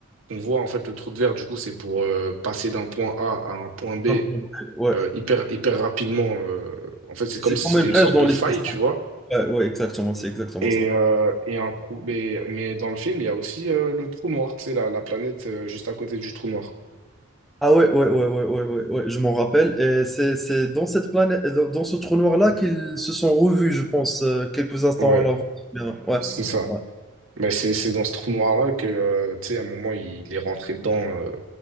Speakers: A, on the right (about 70°); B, in the centre.
A: qu'on voit en fait le trou de verre. Du coup, c'est pour euh, passer d'un point A à un point B
B: Un peu, ouais.
A: euh, hyper hyper rapidement. euh. en fait, c'est comme
B: C'est
A: si
B: comme
A: c'était
B: une brèche
A: une sorte
B: dans
A: de
B: l'espace-temps.
A: faille, tu vois.
B: Ouais, ouais, exactement, c'est exactement
A: Et,
B: ça.
A: euh, et un trou. Mais, mais dans le film, il y a aussi euh, le trou noir, tu sais, la, la planète euh, juste à côté du trou noir.
B: Ah ouais, ouais, ouais, ouais, ouais, ouais, ouais, je m'en rappelle. Et c'est c'est dans cette planète, dans dans ce trou noir-là qu'ils se sont revus, je pense, euh, quelques instants
A: Ouais,
B: avant. Bien, Ouais.
A: c'est ça. Mais c'est c'est dans ce trou noir-là que, euh, tu sais, à un moment, il, il est rentré dedans euh,